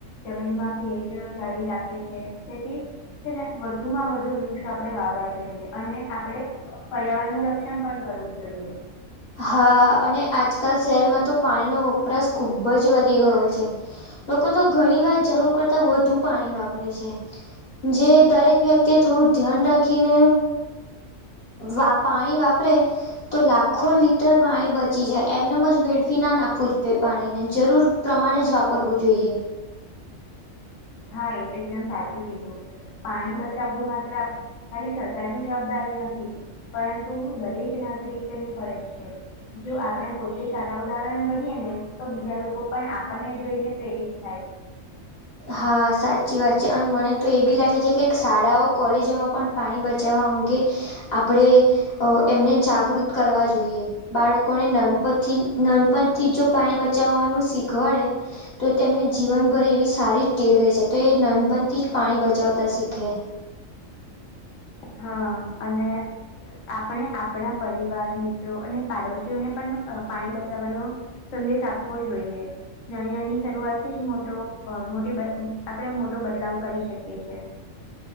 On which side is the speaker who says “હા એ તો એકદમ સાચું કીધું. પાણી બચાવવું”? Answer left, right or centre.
Left